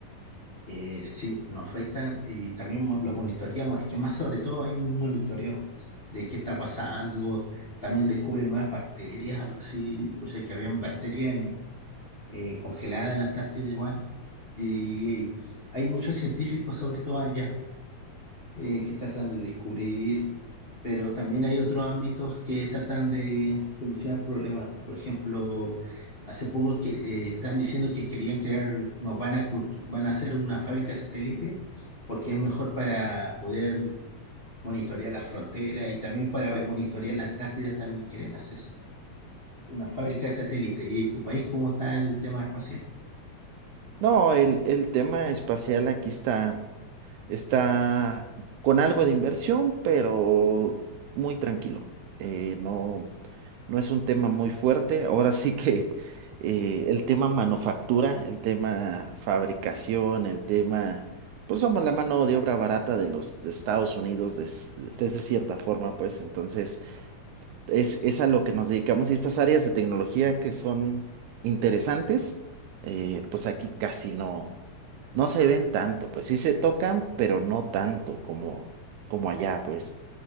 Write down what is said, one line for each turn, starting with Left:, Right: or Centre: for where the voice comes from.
Left: Eh, sí, nos afecta y también mo- lo monitoreamos. Es que más sobre todo hay un monitoreo de qué está pasando. También descubren nuevas bacterias, algo así. O sea, que habían bacterias en- eh, congeladas en la Antártida igual. Y hay muchos científicos, sobre todo allá, eh, que tratan de descubrir pero también hay otros ámbitos que tratan de solucionar problemas. Por ejemplo, hace poco que eh, están diciendo que querían crear, nos van a constru- van a hacer una fábrica satélite porque es mejor para poder monitorear las fronteras y también para ver- monitorear la Antártida también quieren hacer eso, una fábrica de satélite. ¿Y en tu país cómo está el tema espacial?
Right: No, el, el tema espacial aquí está, está con algo de inversión, pero muy tranquilo. Eh, no. no es un tema muy fuerte. Ahora sí que eh, el tema manufactura, el tema fabricación, el tema, pues somos la mano de obra barata de los de Estados Unidos des- desde cierta forma, pues entonces es, es a lo que nos dedicamos y estas áreas de tecnología que son interesantes, eh, pues aquí casi no, no se ven tanto, pues sí se tocan, pero no tanto como, como allá, pues.